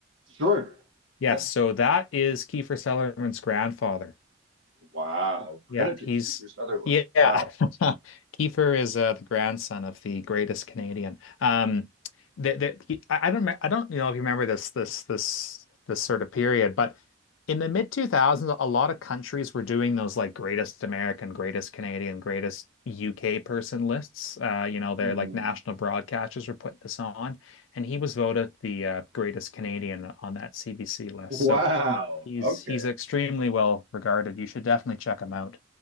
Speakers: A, on the right; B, on the left.
A: Sure.
B: Yes,
A: Yeah.
B: so that is Kiefer Sutherland's grandfather.
A: Wow. Credit
B: Yeah, he's
A: to Kiefer Sutherland.
B: yeah. <laughs>
A: Wow.
B: Kiefer is uh, the grandson of the greatest Canadian. Um, that that he, I I don't me- I don't you know if you remember this this this this sort of period, but in the mid 2000s, a lot of countries were doing those like greatest American, greatest Canadian, greatest UK person lists. Uh, you know, they're
A: Hmm.
B: like national
A: <laughs>
B: broadcasters were putting this on, and he was voted the uh, greatest Canadian on that CBC list.
A: Wow.
B: So he's
A: Okay.
B: he's extremely well regarded. You should definitely check him out.